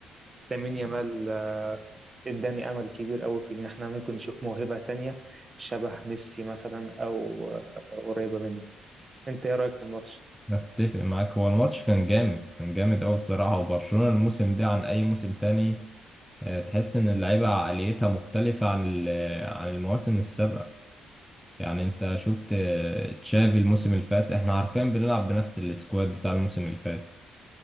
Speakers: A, on the right; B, in the centre.
A: لامين يامال آه، اداني امل كبير قوي في ان احنا ممكن نشوف موهبة تانية شبه ميسي مثلا او آه، قريبة منه انت ايه رأيك في الماتش
B: أتفق معاك هو الماتش كان جامد كان جامد أوي بصراحة وبرشلونة الموسم ده عن أي موسم تاني آه، تحس إن اللعيبة عقليتها مختلفة عن ال- عن المواسم السابقة يعني أنت شفت آه، تشافي الموسم اللي فات إحنا عارفين بنلعب بنفس السكواد بتاع الموسم اللي فات